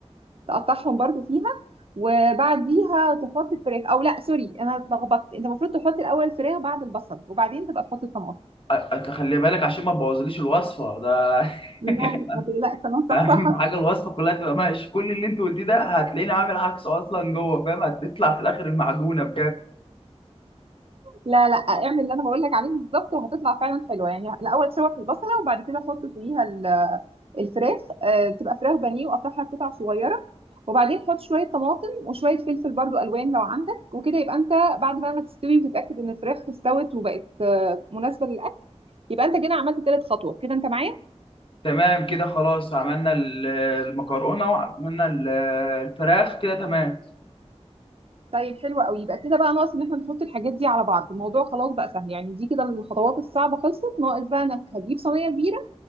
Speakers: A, on the right; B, on the left.
A: تقطعهم برضو فيها وبعديها تحط الفراخ او لا سوري انا اتلخبطت انت المفروض تحط الاول الفراخ بعد البصل وبعدين تبقى تحط الطماطم
B: أنت خلي بالك عشان ما تبوظليش الوصفه ده
A: لا
B: <laughs>
A: ما تقلقش انا صح
B: اهم
A: صح
B: <laughs> حاجه الوصفه كلها تبقى ماشي كل اللي انت قلتيه ده هتلاقيني عامل عكسه اصلا جوه فاهم هتطلع في الاخر المعجونه بجد
A: لا لا اعمل اللي انا بقول لك عليه بالظبط وهتطلع فعلا حلوه يعني الاول شوح البصله وبعد كده حط فوقيها ال- الفراخ آه، تبقى فراخ بانيه وقطعها قطع صغيره وبعدين حط شويه طماطم وشويه فلفل برضو الوان لو عندك وكده يبقى انت بعد بقى ما تستوي وتتاكد ان الفراخ استوت وبقت آه، مناسبه للاكل يبقى انت كده عملت تالت خطوه كده انت معايا
B: تمام كده خلاص عملنا ال- المكرونه وعملنا ال- الفراخ كده تمام
A: طيب حلو قوي يبقى كده بقى ناقص ان احنا نحط الحاجات دي على بعض الموضوع خلاص بقى سهل يعني دي كده الخطوات الصعبه خلصت ناقص بقى انك هتجيب صينيه كبيره